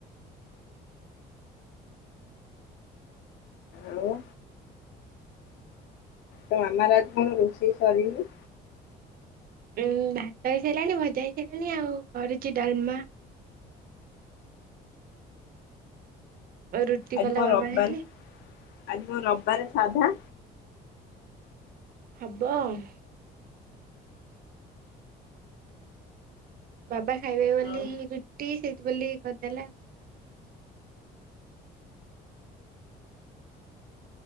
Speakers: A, on the right; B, on the left.
A: ଉଁ ହୁଁ।
B: ଆଉ। ତୋ ମମାର ଆଜି କଣ ରୋଷେଇ ସରିନି।
A: ଉଁ ଭାତ ହେଇସାରିଲାଣି ମଜା ହେଇସାରିଲାଣି ଆଉ କରୁଛି ଡାଲମା। ରୁଟି
B: ଆଜି
A: କଲା
B: କଣ ରବିବାର
A: ବାବା ହେଲେ
B: ଆଜି କଣ ରବିବାର ସାଧା।
A: ହବ ଆଉ। ବାବା ଖାଇବେ ବୋଲି
B: ଆଉ
A: ରୁଟି ସେଇଥୀ ବୋଲି କରିଦେଲା।